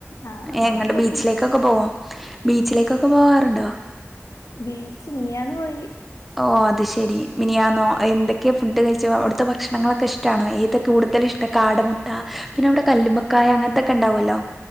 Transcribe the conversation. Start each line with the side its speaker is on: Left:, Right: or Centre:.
Left: ആ നല്ല
Centre: എങ്ങട്ട
Left: പോക്കില്
Centre: ബീച്ചിലേക്കൊക്കെ പോവാ ബീച്ചിലേക്ക് എക്കൊക്കെ പോകാറുണ്ടോ
Left: ബീച്ച് മിനിയാന്ന് പോയി
Centre: ഓ അത് ശരി ഇനിയാ നോ എന്തൊക്കെയെ ഫുഡ് കഴിച്ച അവിടുത്തെ ഭക്ഷണങ്ങളൊക്കെ ഇഷ്ടണോ ഏതാ കൂടു കൂടുതല് ഇഷ്ടം കാടമുട്ട പിന്നെ അവിടെ കല്ലുമക്കായ അങ്ങനത്തൊക്കെ ഉണ്ടാവുമല്ലോ